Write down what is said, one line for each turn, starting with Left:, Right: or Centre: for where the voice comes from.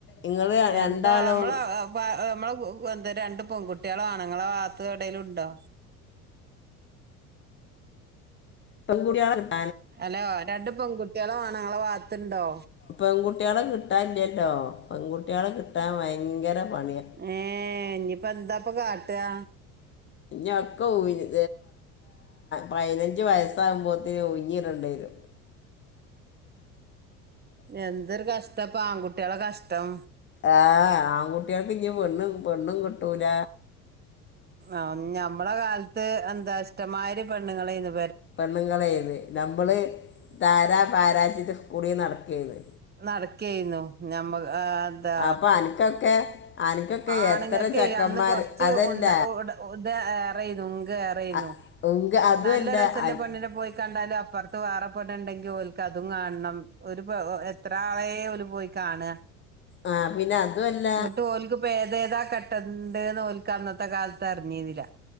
Left: ഇങ്ങള് രണ്ടാളും
Right: എന്താ നമ്മള നമ്മള കൂ എന്താ രണ്ട് പെൺകുട്ടികളെ വണംങ്ങള ഭാത്ത് എവിടേലും ഉണ്ടോ?
Left: പെങ്കുടിയോളെ കി
Right: ഹലോ രണ്ട് പെൺകുട്ടിയോളെമാണം ങ്ങള വാ ത്ത് ണ്ടോ
Left: പെൺകു കുട്യ ളെ കിട്ടാൻ ഇല്ലല്ലോ പെൺകുട്ട്യളെകിട്ടാൻ ഭയങ്കര പണിയാ
Right: ഏ ഇഞിപ്പ എന്താപാകാട്ടാ?
Left: ഇഞ്ഞൊക്കെ ഊഞ്ഞ പതിനഞ്ച് വയസ്സഉമ്പോതന് ഉയിഞ്ഞിടേണ്ടിവരും
Right: എന്തൊരു കഷ്ടം പ്പം ആൺകുട്ടി ളെ കഷ്ടം
Left: ആ ആൺകുട്ടികൾക്ക് ഇനി പെണ്ണും പെണ്ണും കിട്ടൂല
Right: ആ ഞമ്മള കാലത്ത് എന്താ ഇഷ്ടമാതിരി പെണ്ണുങ്ങളെ ഞ്ഞു
Left: പെണ്ണുങ്ങളെത് നമ്മള് താരാ പാരജിതർ കൂടി നടക്കേയ്ന്
Right: നടക്കായിന്നു ഞമ്മ എന്താ
Left: അപ്പൊ അനക്കൊക്കെ അനക്കൊക്കെ
Right: ആണുങ്ങക്കേ
Left: എത്ര ചെക്കന്മാര്
Right: അന്ന് കൊറച്ച്
Left: അതല്ല
Right: ഉണ്ട ഇത് ഏറെയുന്നു ഹുക്ക് ഏറെയുന്നു
Left: അ- ഉങ്ക അതുമല്ല
Right: നല്ല രസല്ല
Left: അൻ-
Right: പണ്ണിനെ പോയി കണ്ടാലും അപ്പുറ വേറെ പെണ്ണ്ണ്ടെങ്കിൽ ഓലക്ക് അതും കാണണം ഒരു എത്ര ആളെ ഓല പോയി കാണ
Left: ആ പിന്നെ അതു അല്ല
Right: ട്ട് ഓല് ക്ക് ഇപ്പോ ഏതേതാ കെട്ട ണ്ടേന്ന് ഓൽക്ക് അന്നത്തെ കാലത്ത് അറിഞ്ഞി ന്നില്ല